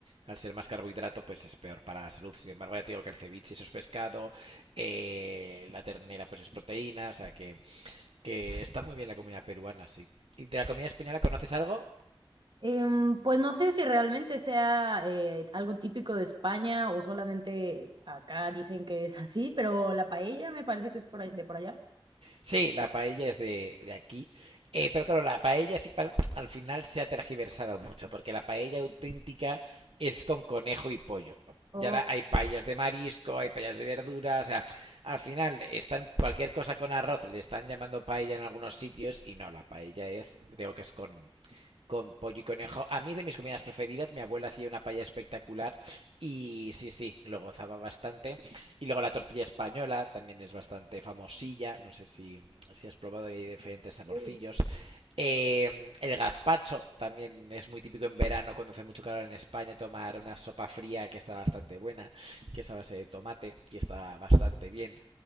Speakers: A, on the right; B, on the right.
A: al ser más carbohidrato, pues es peor para la salud. Sin embargo, ya te digo que el ceviche eso es pescado, eh, la ternera pues es proteína. O sea que, que está muy bien la comida peruana, sí. ¿Y de la comida española conoces algo?
B: Em, pues no sé si realmente sea eh, algo típico de España o solamente acá dicen que es así, pero la paella me parece que es por ahí- de por allá.
A: Sí, la paella es de, de aquí. Eh, pero claro, la paella es que pa- al final se ha tergiversado mucho, porque la paella auténtica es con conejo y pollo.
B: Oh,
A: Y ahora hay paellas de marisco, hay paellas de verduras, o sea, al final están cualquier cosa con arroz, le están llamando paella en algunos sitios y no, la paella es, digo que es con, con pollo y conejo. A mí es de mis comidas preferidas. Mi abuela hacía una paella espectacular y sí, sí, lo gozaba bastante. Y luego la tortilla española también es bastante famosilla. No sé si, si has probado, hay diferentes saborcillos.
B: sí,
A: Eh, el gazpacho también es muy típico en verano cuando hace mucho calor en España tomar una sopa fría que está bastante buena, que es a base de tomate y está bastante bien.